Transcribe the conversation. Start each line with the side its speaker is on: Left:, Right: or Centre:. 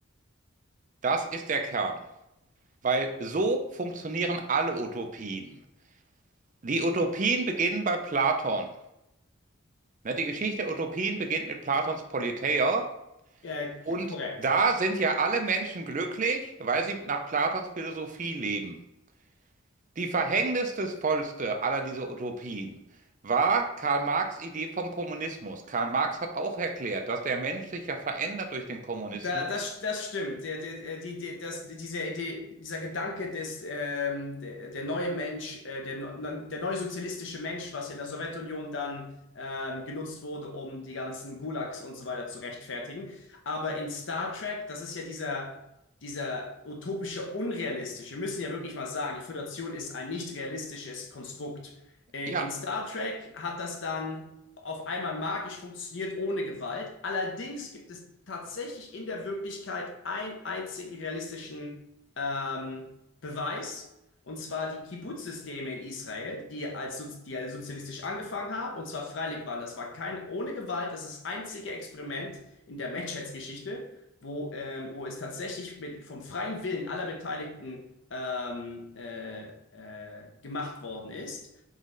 Right: Das ist der Kern. Weil so funktionieren alle Utopien. Die Utopien beginnen bei Platon. Ne, Die Geschichte der Utopien beginnt mit Platons Politeia.
Left: äh,
Right: Und
Left: korrekt.
Right: da sind ja alle Menschen glücklich, weil sie nach Platons Philosophie leben. Die verhängnisvollste aller dieser Utopien war Karl Marx' Idee vom Kommunismus. Karl Marx hat auch erklärt, dass der Mensch sich ja verändert durch den Kommunismus.
Left: Da, das, das stimmt. Der, der, äh, die, die, das, diese Idee, dieser Gedanke des, ähm, der, der neue Mensch, äh, der, ne- der neue sozialistische Mensch, was ja in der Sowjetunion dann ähm, genutzt wurde, um die ganzen Gulags und so weiter zu rechtfertigen. Aber in Star Trek, das ist ja dieser, dieser utopische, unrealistische, wir müssen ja wirklich mal sagen, die Föderation ist ein nicht realistisches Konstrukt. Äh,
Right: Ja,
Left: in Star Trek hat das dann auf einmal magisch funktioniert ohne Gewalt. Allerdings gibt es tatsächlich in der Wirklichkeit einen einzigen realistischen ähm, Beweis, und zwar die Kibbutz-Systeme in Israel, die als, soz- die als sozialistisch angefangen haben, und zwar freiwillig waren. Das war kein ohne Gewalt, das ist das einzige Experiment in der Menschheitsgeschichte, wo, ähm, wo es tatsächlich mit, vom freien Willen aller Beteiligten ähm, äh, äh, gemacht worden ist.